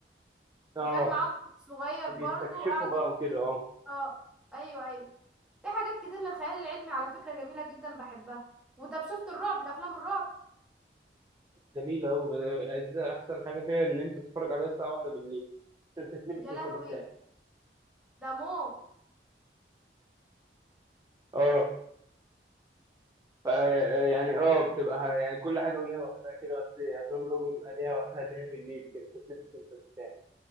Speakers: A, on the right; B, in the centre.
A: آه
B: وكان
A: آه،
B: معاهم واحد صغير برضو
A: بيستكشفوا
B: قعدوا
A: بقى
B: يموتوا
A: وكده
B: من-
A: آه
B: اه ايوه ايوه في حاجات كتير للخيال العلمي على فكرة جميلة جدا بحبها وطب شفت الرعب الافلام الرعب
A: جميلة أوي الأجزاء أحسن حاجة فيها إن أنت تتفرج عليها الساعة واحدة بالليل عشان تتلبس
B: يا
A: وأنت
B: لهوي
A: مرتاح
B: ده موت
A: أه فا يعني أه بتبقى ح- يعني كل حاجة وليها وقتها كده بس أفلام الرعب بيبقى ليها وقتها اللي هي بالليل كده تتلبس وأنت مرتاح